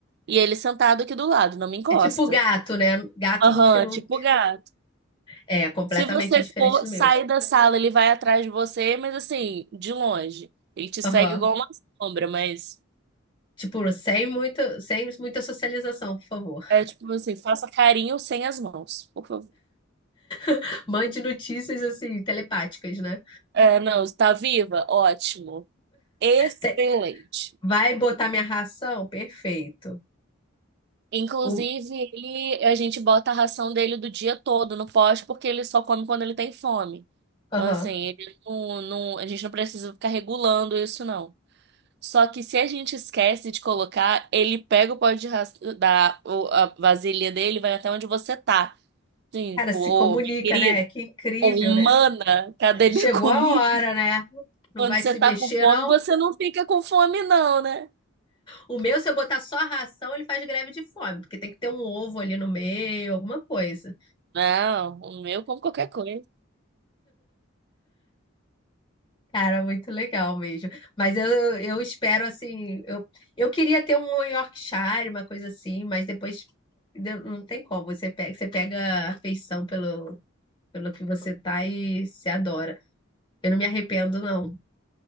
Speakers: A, on the right; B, on the left.
A: e ele sentado aqui do lado, não me encosta.
B: É tipo gato, né? Gato
A: Aham,
B: no que não.
A: tipo gato.
B: É completamente
A: Se você
B: diferente
A: for
B: do
A: sair
B: meu.
A: da sala, ele vai atrás de você, mas assim, de longe. Ele te segue
B: Aham.
A: igual uma sombra, mas
B: Tipo, sem muita, sem muita socialização, por favor.
A: é tipo assim, faça carinho sem as mãos, por favor.
B: <laughs> Mande notícias assim, telepáticas, né?
A: É, não, está viva? Ótimo. Excelente.
B: Te- Vai botar minha ração? Perfeito.
A: Inclusive,
B: O...
A: ele, a gente bota a ração dele do dia todo no poste, porque ele só come quando ele tem fome.
B: Aham.
A: Então, assim, ele não, não, a gente não precisa ficar regulando isso, não. Só que se a gente esquece de colocar, ele pega o pote de ras- da o- a vasilha dele e vai até onde você tá. Sim,
B: Cara,
A: tipo,
B: se
A: ô,
B: comunica,
A: minha querida,
B: né? Que incrível,
A: ô, humana,
B: né?
A: cadê
B: É,
A: minha
B: Chegou
A: comida?
B: a hora,
A: <laughs>
B: né? Não
A: Quando
B: vai
A: você
B: se
A: tá
B: mexer,
A: com fome,
B: não?
A: você não fica com fome, não, né?
B: O meu, se eu botar só a ração, ele faz greve de fome, porque tem que ter um ovo ali no meio, alguma coisa.
A: Não, o meu como qualquer coisa.
B: Cara, muito legal mesmo. Mas eu, eu espero, assim, eu, eu queria ter um Yorkshire, uma coisa assim, mas depois de- não tem como. Você pega, você pega afeição pelo, pelo que você tá e se adora. Eu não me arrependo, não.